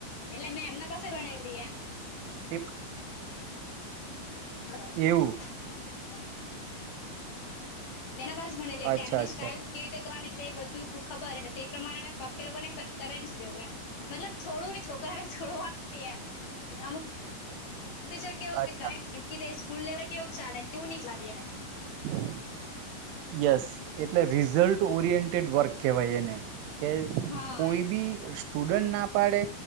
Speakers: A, on the left; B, on the right.
A: એટલે મેં એમના પાસે રણેલી એમ
B: તે
A: હા <unintelligible>
B: એવું
A: મેના બસ ભનેલી એટલે
B: અચ્છા
A: એમની
B: અચ્છા
A: સ્ટાઈલવી રીતે કરવાની તે બધું ખબરને તે પ્રમાણે મે પાછ લોકોને કરે જેવું એમ મતલબ છોડું ને છોકરા છોડવાનું ન એમમ ટીચર કેવું
B: અચ્છા
A: કે કરે નકી સ્કૂલ લેવલ કેવું ચાલે તું નહ
B: હમ યસ એટલે રિઝલ્ટ ઓરિએન્ટેડ વર્ક કહેવાય એને કે
A: હા
B: કોઈ
A: એમ
B: બી સ્ટુડન્ટ ના ડે